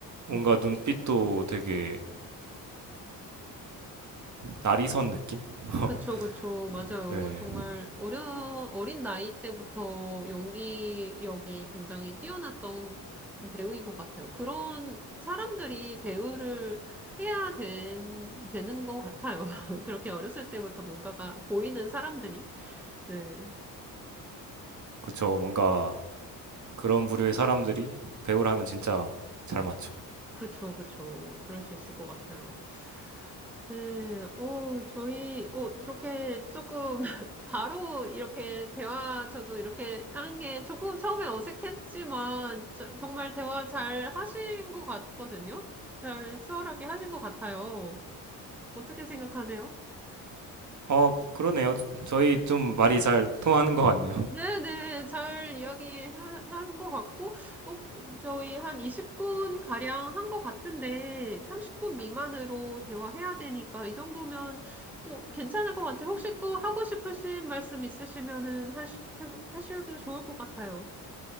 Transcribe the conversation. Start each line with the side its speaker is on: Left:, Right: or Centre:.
Right: 뭔가
Centre: 음.
Right: 눈빛도 되게 나리선 느낌? <laughs>
Centre: 그쵸, 그쵸. 맞아요.
Right: 네.
Centre: 정말 어려, 어린 나이 때부터 연기력이 굉장히 뛰어났던 배우인 것 같아요. 그런 사람들이 배우를 해야 된, 되는 것 같아요. <laughs> 그렇게 어렸을 때부터 뭔가가 보이는 사람들이. 네.
Right: 그쵸. 뭔가 그런 부류의 사람들이 배우를 하면 진짜 잘 맞죠.
Centre: 그쵸, 그쵸. 그럴 수 있을 것 같아요. 네, 어, 저희, 어, 이렇게 조금, <laughs> 바로 이렇게 대화, 저도 이렇게 하는 게 조금 처음에 어색했지만, 저- 정말 대화 잘 하신 것 같거든요? 잘 수월하게 하신 것 같아요. 어떻게 생각하세요?
Right: 어, 그러네요. 저희 좀 말이 잘 통하는 것 같네요.
Centre: 네네, 잘 이야기한 것 같고, 어, 저희 한 20분 가량 한 것 같은데, 30분 미만으로 대화해야 되니까, 이 정도면 또 괜찮을 것 같아요. 혹시 또 하고 싶으신 말씀 있으시면은 하시, 해보- 하셔도 좋을 것 같아요.